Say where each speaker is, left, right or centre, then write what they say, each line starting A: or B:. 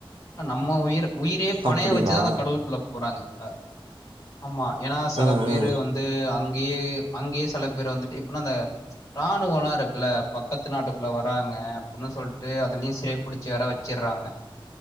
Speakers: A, on the left; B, on the right.
A: நம்ம உயிர் உயிரே பனையம்
B: அப்டிங்களா
A: வச்சுதான் அந்த கடலுக்குள்ள போறாங்க அ ஆமா ஏன்னா சில
B: ஆ
A: பேரு
B: ஆ
A: வந்து அங் கே அங்கேயே சில பேர் வந்துட்டு இப்பனா அந்த ராணுவோல இருக்குல்ல பக்கத்து நாட்டுக்குள்ள வராங்க அப்புன்னு சொல்ட்டு அதுலயு சிறைப்புடிச்சி வற வெச்சிட்றாங்க